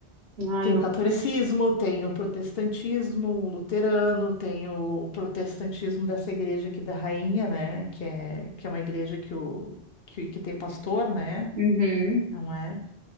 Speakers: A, on the right; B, on the left.
A: ai,
B: Tem
A: não
B: o catolicismo,
A: sei.
B: tem o protestantismo, o luterano, tem o, o protestantismo dessa igreja aqui da Rainha, né? Que é, que é uma igreja que, o, que, que tem pastor, né?
A: Uhum.
B: Não é?